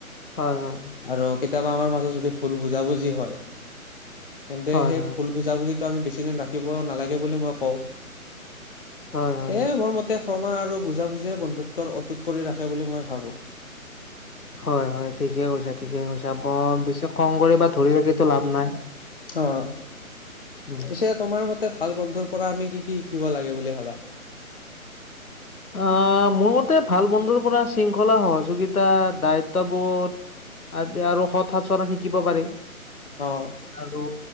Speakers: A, on the left; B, on the left.
A: হয়, হয়।
B: আৰু কেতিয়াবা, আমাৰ মাজত যদি ভুল বুজাবুজি হয়। তেন্তে,
A: হয়
B: সেই
A: হয়।
B: ভুল বুজাবুজি আমি বেছি দিন ৰাখিব নালাগে বুলি মই কওঁ।
A: হয় হয়
B: সেই, মোৰ মতে ক্ৰমা আৰু বুজাবুজিয়ে বন্ধুত্বৰ অটুট কৰি ৰাখে বুলি মই ভাবোঁ।
A: হয়, হয়, ঠিকে কৈছে, ঠিকে কৈছে। বৰ বেছি খং কৰি বা ধৰি ৰাখি ত' লাভ নাই।
B: অ'!
A: উম
B: পিছে, তোমাৰ মতে ভাল বন্ধুৰ পৰা আমি কি কি শিকিব লাগে বুলি ভাবা?
A: আঁ মোৰ মতে, ভাল বন্ধুৰ পৰা শৃংখলা, সহযোগিতা, দায়িত্ব বোধ আৰু আৰু সৎ আচৰণ শিকিব পাৰে
B: অ',
A: আৰু